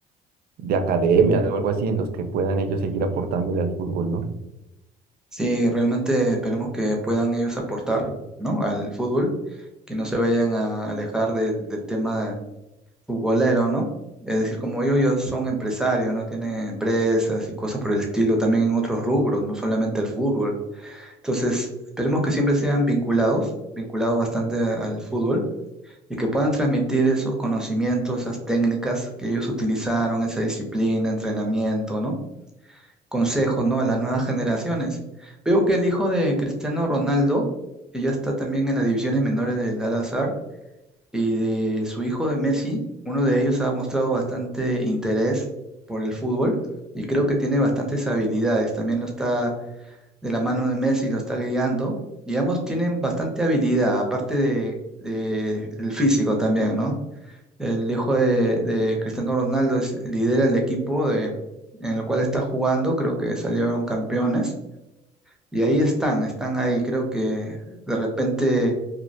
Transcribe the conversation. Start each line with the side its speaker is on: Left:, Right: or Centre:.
Right: de academia o algo así en los que puedan ellos seguir aportándole al fútbol, ¿no?
Centre: Sí, realmente esperemos que puedan ellos aportar, ¿no? Al fútbol, que no se vayan a alejar del, del tema futbolero, ¿no? Es decir, como ellos ya son empresarios, ¿no? Tienen empresas y cosas por el estilo, también en otros rubros, no solamente el fútbol. Entonces, esperemos que siempre sean vinculados, vinculados bastante al fútbol, y que puedan transmitir esos conocimientos, esas técnicas que ellos utilizaron, esa disciplina, entrenamiento, ¿no? consejos, ¿no? A las nuevas generaciones. Veo que el hijo de Cristiano Ronaldo, que ya está también en las divisiones menores del Al-Azhar, y de su hijo de Messi, uno de ellos ha mostrado bastante interés por el fútbol y creo que tiene bastantes habilidades. También lo está de la mano de Messi, lo está guiando y ambos tienen bastante habilidad, aparte de, de el físico también, ¿no? El hijo de, de Cristiano Ronaldo es, lidera el equipo de, en el cual está jugando, creo que salieron campeones. Y ahí están, están ahí. Creo que de repente